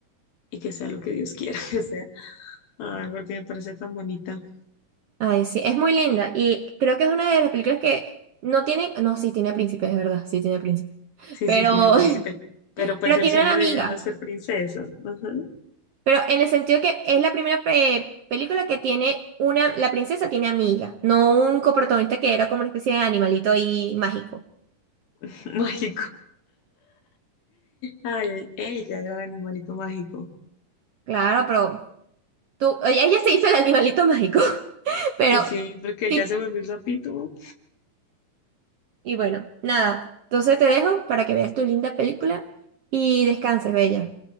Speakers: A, on the left; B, on the right.
A: y que sea lo que Dios quiera <laughs> que sea. Ay, porque me parece tan bonita.
B: ay, sí, es muy linda y creo que es una de las películas que no tiene, no, sí tiene príncipe, es verdad, sí tiene príncipe,
A: Sí,
B: pero,
A: sí, tiene príncipe.
B: <laughs>
A: Pero pues
B: pero
A: el
B: tiene
A: sueño
B: una amiga.
A: de ella no es ser princesa. Ajá.
B: Pero en el sentido que es la primera eh, película que tiene una, la princesa tiene amiga, no un coprotagonista que era como una especie de animalito ahí mágico.
A: <laughs> Mágico. Ay, ella era el animalito mágico.
B: Claro, pero tú, ella ella se hizo el animalito mágico, <laughs> pero
A: Eh, Sí, porque
B: sí,
A: ya se volvió el sapito.
B: y bueno, nada, entonces te dejo para que veas tu linda película y descanses, bella.